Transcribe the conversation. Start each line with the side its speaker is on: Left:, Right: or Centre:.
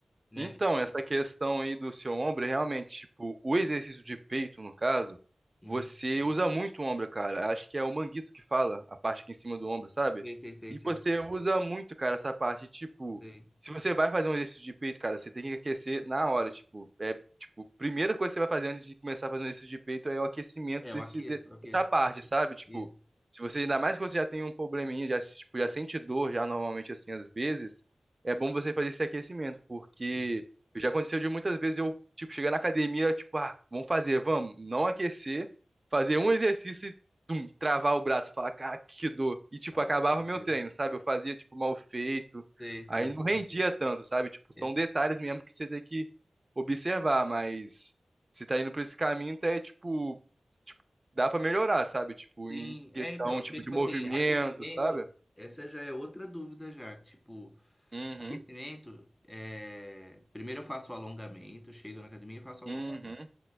Left: né?
Right: Então, essa questão aí do seu ombro, realmente, tipo, o exercício de peito, no caso,
Left: Uhum.
Right: você usa muito o ombro, cara. Acho que é o manguito que fala, a parte aqui em cima do ombro, sabe?
Left: Sei, sei, sei,
Right: E
Left: sei,
Right: você usa muito, cara, essa parte, tipo,
Left: sei.
Right: se você vai fazer um exercício de peito, cara, você tem que aquecer na hora, tipo, é, tipo, primeira coisa que você vai fazer antes de começar a fazer um exercício de peito é o aquecimento
Left: É, eu
Right: desse,
Left: aqueço,
Right: desse-
Left: eu aqueço.
Right: dessa parte, sabe? Tipo,
Left: Isso.
Right: se você, ainda mais que você já tem um probleminha, já, tipo, já sente dor já normalmente, assim, às vezes, é bom você fazer esse aquecimento, porque
Left: isso.
Right: já aconteceu de muitas vezes eu, tipo, chegar na academia, tipo, ah, vamos fazer, vamos, não aquecer, fazer um exercício e travar o braço, falar, cara, que dor. E, tipo,
Left: Ah,
Right: acabava
Left: pode
Right: meu
Left: ver.
Right: treino, sabe? Eu fazia, tipo, mal feito,
Left: Sei, sei,
Right: aí não
Left: sei.
Right: rendia tanto, sabe? Tipo, são
Left: É,
Right: detalhes mesmo que você tem que observar, mas se tá indo por esse caminho, tá, é, tipo, tipo, dá pra melhorar, sabe? Tipo,
Left: Sim,
Right: em questão,
Left: é então,
Right: tipo,
Left: porque tipo
Right: de movimento,
Left: assim, aquecimento,
Right: sabe?
Left: essa já é outra dúvida já, tipo,
Right: Uhum,
Left: Aquecimento, é... primeiro eu faço o alongamento, chego na academia e faço o
Right: uhum,
Left: alongamento.